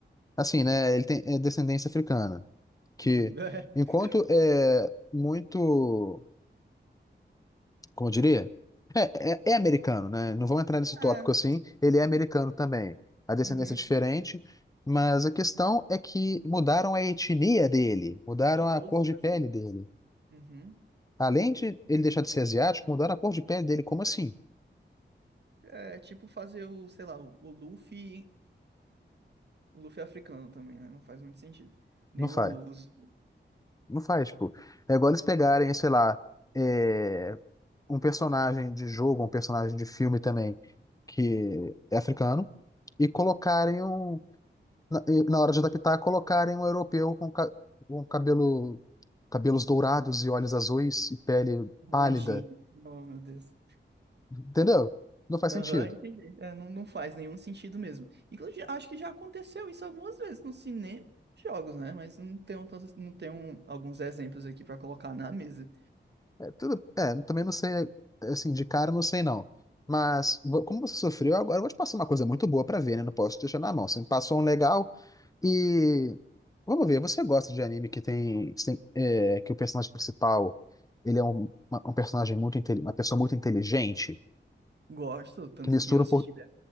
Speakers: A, on the left (about 20°); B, on the right (about 60°).
A: assim, né? Ele tem é descendência africana. Que
B: Hum, <laughs>
A: enquanto é muito, como eu diria? é, é americano, né? Não vamos entrar nesse tópico
B: É. É.
A: assim. Ele é americano também. A descendência
B: Uhum.
A: é diferente, mas a questão é que mudaram a etnia dele, mudaram
B: De todos
A: a cor
B: os
A: de
B: personagens.
A: pele dele.
B: Uhum.
A: Além de ele deixar de ser asiático, mudaram a cor de pele dele. Como assim?
B: É tipo fazer o, sei lá, o, o Luffy, o Luffy africano também, né? Não faz muito sentido. Nem
A: Não faz.
B: os
A: Não faz, tipo. É igual eles pegarem, sei lá, é, um personagem de jogo, um personagem de filme também, que é africano, e colocarem um. Na, e na hora de adaptar, colocarem um europeu com, ca- um cabelo cabelos dourados e olhos azuis e pele
B: Um
A: pálida.
B: anjinho. Oh, meu Deus.
A: Entendeu? Não faz
B: Aham,
A: sentido.
B: entendi. É, não, não faz nenhum sentido mesmo. Inclusive, acho que já aconteceu isso algumas vezes no cinema e jogos, né? Mas não tenho, tantos- não tenho alguns exemplos aqui pra colocar na mesa.
A: É, tudo, é, também não sei, assim, de cara não sei não. Mas vo- como você sofreu, agora eu vou te passar uma coisa muito boa pra ver, né? Não posso te deixar na mão. Você me passou um legal e vamos ver, você gosta de anime que tem, que tem, é, que o personagem principal, ele é um, uma- um personagem muito inte- uma pessoa muito inteligente,
B: Gosto, tanto
A: que mistura
B: que eu assisti
A: um pouco
B: De-